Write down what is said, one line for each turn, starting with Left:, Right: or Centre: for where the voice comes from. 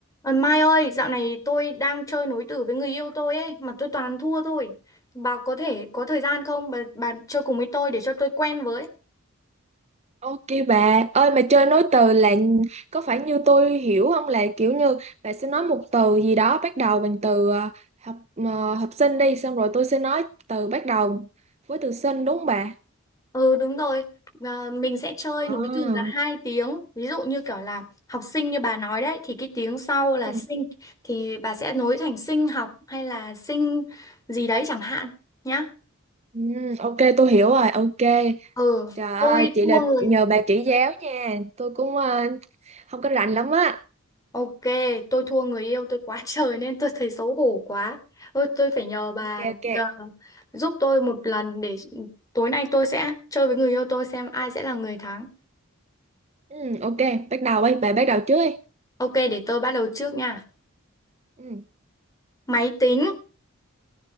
Left: Ờ, Mai ơi, dạo này tôi đang chơi nối tử với người yêu tôi ấy, mà tôi toàn thua thôi. Bà có thể có thời gian không? Bà, bà chơi cùng với tôi để cho tôi quen với.
Right: Ok bà, ơi mà chơi nối từ là có phải như tôi hiểu không là kiểu như bà sẽ nói một từ gì đó bắt đầu bằng từ ờ, học ờ, học sinh đi xong rồi tôi sẽ nói từ bắt đầu với từ sinh đúng không bà?
Left: Ừ đúng rồi, à, mình sẽ chơi nối
Right: À.
Left: từ là hai tiếng. Ví dụ như kiểu là học sinh như bà nói đấy, thì cái tiếng sau
Right: Ừ,
Left: là sinh, thì bà sẽ nối thành sinh học hay là sinh gì đấy chẳng hạn nhá.
Right: ừ, ok tôi hiểu rồi, ok.
Left: Ừ,
Right: Trời ơi,
Left: tôi
Right: chị
Left: thua
Right: là
Left: người.
Right: nhờ bà chỉ giáo nha, tôi cũng ờ, không có rành lắm á.
Left: Ok, tôi thua người yêu tôi quá <laughs> trời nên tôi thấy xấu hổ quá. Ôi, tôi phải nhờ bà
Right: Ok ok.
Left: nhờ, giúp tôi một lần để tối nay tôi sẽ chơi với người yêu tôi xem ai sẽ là người thắng.
Right: Ừ, ok, bắt đầu đi, bà bắt đầu trước đi.
Left: Ok, để tôi bắt đầu trước nha.
Right: Ừ,
Left: Máy tính.